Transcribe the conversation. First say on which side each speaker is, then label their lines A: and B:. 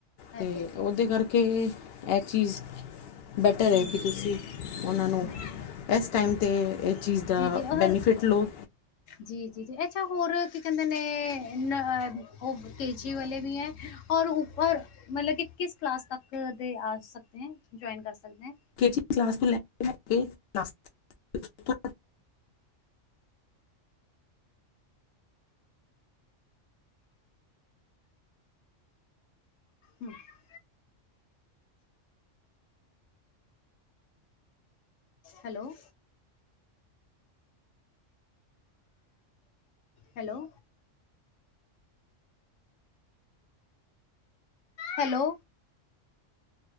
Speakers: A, on the left (about 60°); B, on the left (about 80°).
A: ਤੇ
B: ਇਹ ਹੈ
A: ਉਹਦੇ ਕਰਕੇ ਏ ਚੀਜ਼ ਬੈਟਰ
B: ਹੂੰ
A: ਐ ਕਿ
B: ਹੂੰ
A: ਤੁਸੀਂ ਓਨਾਂ ਨੂੰ
B: ਹੂੰ ਹੂੰ
A: ਐਸ ਟਾਈਮ, 'ਤੇ ਇਸ ਚੀਜ਼ ਦਾ
B: ਜੀ ਜੀ ਔਰ
A: ਬੈਨੀਫਿਟ ਲੋ
B: ਜੀ, ਜੀ -ਜੀ ਅੱਛਾ, ਹੋਰ ਕੀ ਕਹਿੰਦੇ ਨੇ, ਉਹ ਕੇ ਜੀ ਵਾਲੇ ਵੀ ਹੈ ਔਰ ਉ ਔਰ ਮਤਲਬ, ਕਿਸ ਕਲਾਸ ਤਕ ਦੇ ਆ ਸਕਦੇ ਹ, ਜੋਆਇਨ ਕਰ ਸਕਦੇ
A: ਕੇ ਜੀ ਕਲਾਸ ਤੋਂ ਲੈ ਕੇ ਲੈ ਕੇ ਦਸ ਤੱਕ।
B: ਹਮ <unintelligible> <inaudible> hello hello hello?